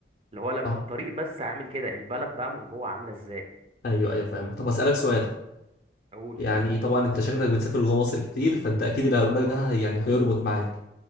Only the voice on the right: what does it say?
اللي هو لما
الطريق بس عامل كده البلد بقى من جوه عاملة ازاي
اقول
اه